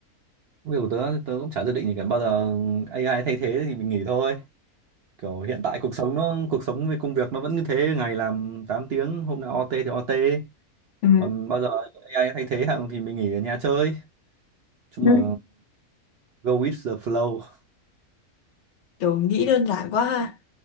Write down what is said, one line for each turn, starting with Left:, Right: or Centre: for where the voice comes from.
Right: Công việc của tớ thì tớ cũng chả dự định gì cả bao giờ AI thay thế thì mình nghỉ thôi. Kiểu hiện tại cuộc sống nó cuộc sống về công việc nó vẫn như thế, ngày làm 8 tiếng, hôm nào OT thì OT.
Left: Ừ.
Right: Còn bao giờ AI thay thế hạng thì mình nghỉ ở nhà chơi. Nói Chung
Left: Ừ.
Right: là go with the flow.
Left: Kiểu nghĩ đơn giản quá ha.